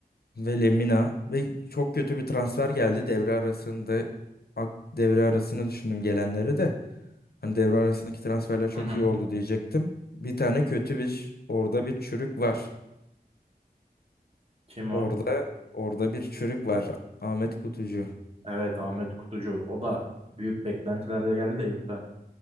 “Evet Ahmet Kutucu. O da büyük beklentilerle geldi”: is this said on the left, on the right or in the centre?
Right